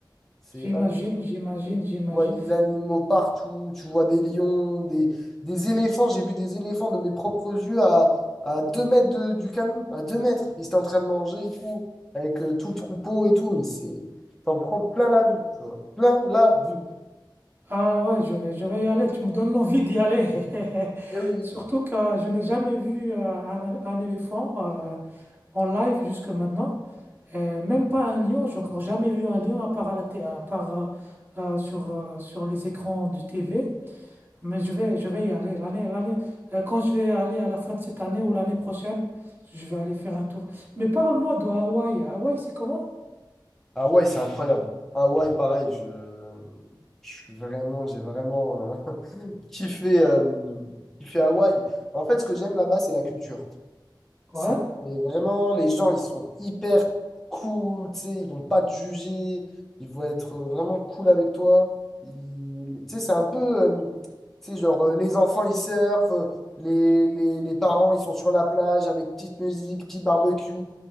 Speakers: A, in the centre; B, on the right.
A: C'est
B: j'imagine, j'imagine, j'imagine.
A: Tu vois des animaux partout, tu vois des lions, des, des éléphants. J'ai vu des éléphants de mes propres yeux à, à 2 mètres de- du camion, à 2 mètres. Ils étaient en train de manger et tout, avec euh, tout le troupeau et tout. Mais c'est, t'en prends plein la vue, tu vois. Plein la vue.
B: Ah ouais, je vais, je vais y aller, tu me donnes l'envie d'y aller. <laughs>
A: Eh oui.
B: Surtout que je n'ai jamais vu euh, un, un éléphant. euh, en live jusque maintenant. Euh, même pas un lion, j'ai encore jamais vu un lion à part, à la té- à part euh, euh, sur, euh, sur les écrans du T V. Mais je vais, je vais y aller. L'année, l'année, euh, quand je vais aller à la fin de cette année ou l'année prochaine, je vais aller faire un tour. Mais parle-moi de Hawaï. Hawaï, c'est comment?
A: Hawaï, c'est incroyable. Hawaï, pareil, je, je suis vraiment, j'ai vraiment euh, <laughs> kiffé, euh, kiffé Hawaï. En fait, ce que j'aime là-bas, c'est la culture. C'est
B: Ouais.
A: et vraiment, les gens, ils sont hyper cool, tu sais, ils vont pas te juger, ils vont être euh, vraiment cool avec toi. Ils- Tu sais, c'est un peu, euh, tu sais, genre, euh, les enfants, ils surfent, euh, les, les, les parents, ils sont sur la plage avec petite musique, petit barbecue.